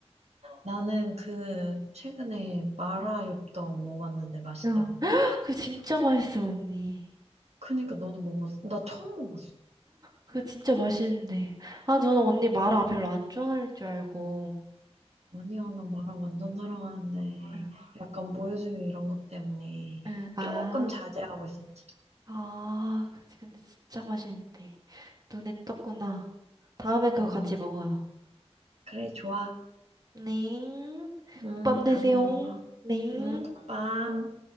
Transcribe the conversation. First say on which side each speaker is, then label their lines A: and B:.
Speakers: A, on the right (about 75°); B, on the right (about 35°).
A: 나는 그 최근에 마라
B: 음.
A: 엽떡 먹었는데 맛있더라고.
B: 응. <gasps> 그거 진짜 맛있어, 언니.
A: 그니까 너도 먹었어? 나 처음 먹었어.
B: 그거 진짜 맛있는데. 아, 저는 언니 마라 별로 안 좋아할 줄 알고.
A: 아니야, 나 마라 완전 사랑하는데,
B: 응,
A: 약간 모유수유 이런 것 때문에
B: 응, 아,
A: 조금 자제하고 있었지.
B: 아, 그치. 근데 진짜 맛있는데. 눈에 떴구나. 다음에 그거
A: 어,
B: 같이 먹어요.
A: 그래, 좋아.
B: 네.
A: 음,
B: 밤
A: 다음에
B: 되세요.
A: 먹어.
B: 네.
A: 음, 굿밤.